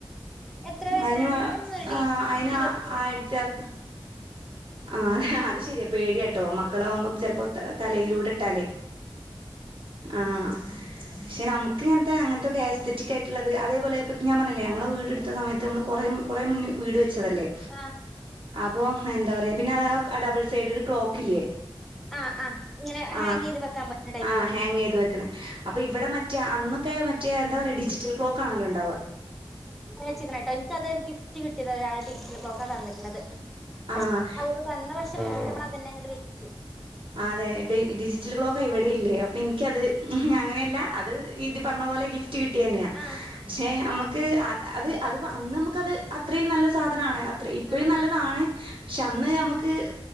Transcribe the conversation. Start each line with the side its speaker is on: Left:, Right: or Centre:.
Centre: എത്ര വരണ
Right: അതിന്
Centre: ഒന്നിടി
Right: അയിന്
Centre: കുട്ടി
Right: ആ
Centre: കുറച്ച്
Right: ആയിരത്തി അർ ആഹ് അത് ശരിയാ പേടിയ ട്ടോ മക്കളാവുമ്പോ ചെലപ്പോ തലയിലൂടെ ഇട്ടാലേ ആ പക്ഷെ നമുക്ക് ഇങ്ങനത്തെ അങ്ങനത്തെക്കെ ആസ്തറ്റിക് ആയിട്ടുള്ളത് അതേപോലെ ഞാൻ പറഞ്ഞില്ലേ ഞങ്ങളെ വീട്ടുത്ത സമയത്ത് നമ്മൾ കുറെ കുറേ മുന്നേ വീട് വെച്ചതല്ലേ
Centre: ആഹ്
Right: അപ്പൾ എന്താ പറയാ പിന്നെ അ ഡബിൾ സൈഡ് ഒരു ക്ലോക്ക്ല്ലേ
Centre: ആഹ് ആഹ് ഇങ്ങനെ
Right: ആ
Centre: ഹാങ് ചെയ്ത് വെക്കാൻ പറ്റുന്ന ടൈപ്പ്
Right: ആ ഹാങ് ചെയ്ത് വെക്കണ അപ്പൊ ഇവിടെ മറ്റേ അന്നൊക്കെ മറ്റ എന്താ പറയയാ ഡിജിറ്റ ക്ലോക്ക് ആണല്ലോണ്ടണ്ട്
Centre: <inaudible> എനിക്കതൊരു ഗിഫ്റ്റ് കിട്ടിയത ഒരാൾടെ ക്ലോക്കെ തന്നിരിക്കണന്നത് പക്ഷെ
Right: ആഹ്
Centre: അതൊക്കെ തന്ന പക്ഷെ <unintelligible> അതന്നെ അങ്ങോട്ട് വെച്ചു
Right: അതെ ഡ ഡിജിറ്റൽ ക്ലോക്ക ഇവിടെ ഇല്ലേ അപ്പൊ എനിക്കത് അങ്ങനെയല്ല അത് ഇത് പറഞ്ഞ പോലെ ഗിഫ്റ്റ് കിട്ടിയ തന്നെയ
Centre: ആഹ്
Right: പക്ഷെ നമു അത് അത് അന്ന് നമുക്കത് അത്രയും നല്ല സാധനമാണ് അത്ര ഇപ്പോഴും
Centre: ആഹ്
Right: നല്ലതാണ് പക്ഷെ അന്ന് നമുക്ക്